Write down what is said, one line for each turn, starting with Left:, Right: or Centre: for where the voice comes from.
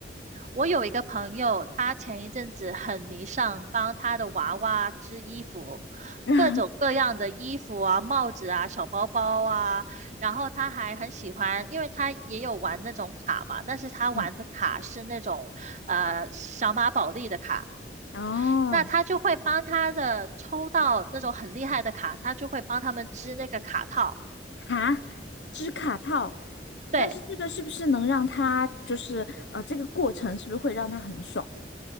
Right: 我有一个朋友，他前一阵子很迷上帮他的娃娃织衣服，
Left: <laughs>
Right: 各种各样的衣服啊、帽子啊、小包包啊。然后他还很喜欢，因为他也有玩那种卡嘛，但是他玩的卡是那种呃小马宝莉的卡。
Left: 嗯，哦，
Right: 那他就会帮他的抽到那种很厉害的卡，他就会帮他们织那个卡套。
Left: 哈，织卡套，
Right: 对，
Left: 但是这个是不是能让它就是呃，这个过程是不是会让它很爽？